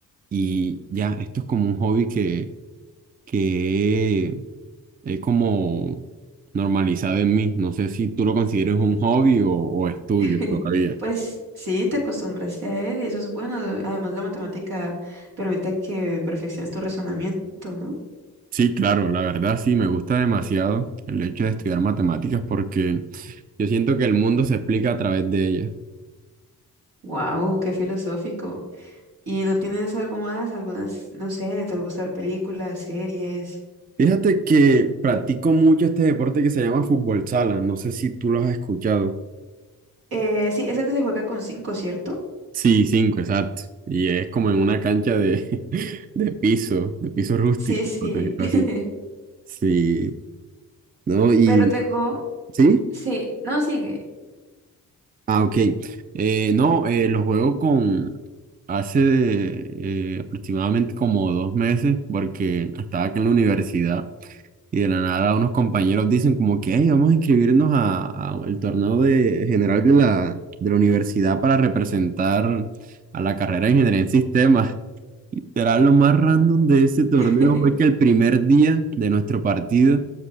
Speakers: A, on the right; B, on the right.
A: y ya, esto es como un hobby que, que he he como normalizado en mí. No sé si tú lo consideres un hobby o, o estudio
B: <laughs>
A: todavía.
B: Pues sí, te acostumbraste a él y eso es bueno. Además, la matemática permite que perfecciones tu razonamiento, ¿no?
A: Sí, claro, la verdad sí, me gusta demasiado el hecho de estudiar matemáticas porque... Yo siento que el mundo se explica a través de ella.
B: Wow, qué filosófico. ¿Y no tienes algo más? Algunas, no sé, te gusta ver películas, series.
A: Fíjate que practico mucho este deporte que se llama fútbol sala. No sé si tú lo has escuchado.
B: Eh, sí, esa que se juega con cinco, ¿cierto?
A: Sí, cinco, exacto. Y es como en una cancha de, <laughs> de piso, de piso rústico,
B: Sí, sí.
A: por decirlo
B: <laughs>
A: así. Sí, no, y
B: Pero tengo,
A: sí.
B: sí, no, sigue.
A: Ah, ok. Eh, no, eh, lo juego con hace eh, aproximadamente como dos meses porque estaba aquí en la universidad Y de la nada unos compañeros dicen como que "Ey, vamos a inscribirnos a, a el torneo de, general de la, de la universidad para representar a la carrera de ingeniería en sistemas. <laughs> Literal, lo más random de ese torneo
B: <laughs>
A: fue que el primer día de nuestro partido